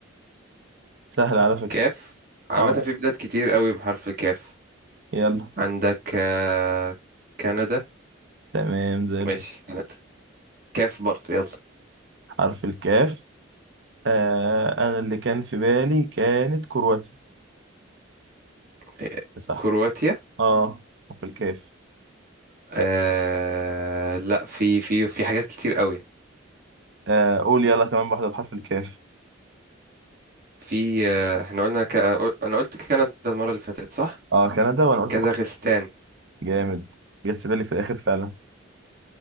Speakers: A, on the right (about 60°); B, on the right (about 45°).
A: سهل على فكرة
B: كاف عامة
A: اه
B: في بلاد كتير قوي بحرف الكاف
A: يلا
B: عندك آه، كندا
A: تمام زي الفل
B: ماشي كندا كاف برضه يلا
A: حرف الكاف آه انا اللي كان في بالي كانت كرواتيا
B: آه،
A: صح
B: كرواتيا
A: اه حرف الكاف
B: آه لا في في في حاجات كتير قوي
A: آه قول يلا كمان واحدة بحرف الكاف
B: في آه احنا قلنا ك... انا قلت كندا المرة اللي فاتت صح
A: اه كندا وانا قلت
B: كازاخستان
A: كرواتيا. جامد جت في بالي في الاخر فعلا